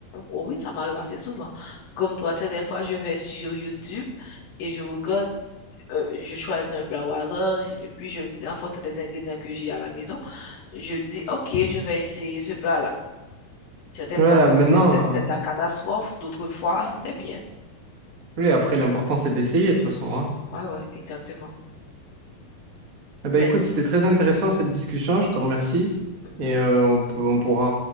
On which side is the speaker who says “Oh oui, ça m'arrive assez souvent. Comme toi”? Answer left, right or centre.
Left